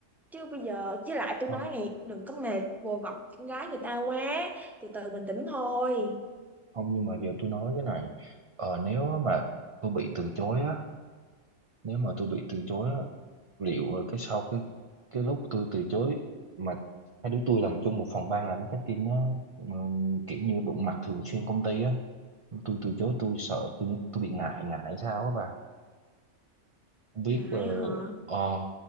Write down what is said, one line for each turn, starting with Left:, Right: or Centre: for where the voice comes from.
Centre: chứ bây giờ chứ lại tôi
Right: không
Centre: nói này đừng có mệt vồ vập con gái người ta quá từ từ bình tĩnh thôi
Right: không nhưng mà giờ tôi nói cái này ờ, nếu á mà tôi bị từ chối á nếu mà tôi bị từ chối á liệu là cái sau cái cái lúc tôi từ chối mà hai đứa tôi làm chung một phòng ban làm marketing á mà kiểu như đụng mặt thường xuyên công ty á tôi từ chối tôi sợ tôi tôi bị ngại ngại sao á bà không biết
Centre: ngại
Right: ờ,
Centre: họ
Right: ờ,